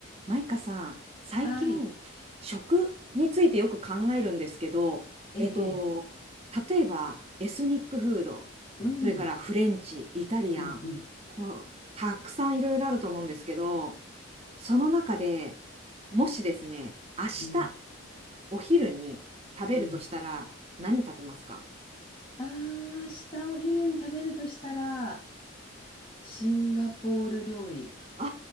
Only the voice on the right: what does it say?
マイカさん、最近、
食についてよく考えるんですけど、
えっと、
例えば、エスニックフード、
それからフレンチ、イタリアン、
こう、たくさんいろいろあると思うんですけど、その中でもしですね、明日、
お昼に食べるとしたら、
何食べますか
あ